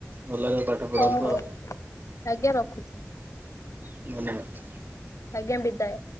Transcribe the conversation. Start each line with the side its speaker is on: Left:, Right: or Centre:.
Right: ଭଲ ଭାବରେ ପାଠ
Left: ହଉ
Right: ପଢ଼ନ୍ତୁ
Left: ହଉ
Right: ଆଉ।
Left: ଆଜ୍ଞା ରଖୁଚି।
Right: ଧନ୍ୟବାଦ।
Left: ଆଜ୍ଞା ବିଦାୟ।